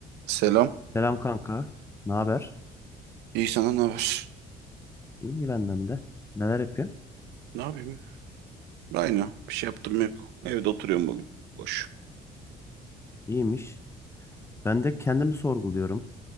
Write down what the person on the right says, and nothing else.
Selam.
İyi sana ne haber?
Ne yapayım? Aynı. Bir şey yaptım yok. Evde oturuyorum bugün. Boş.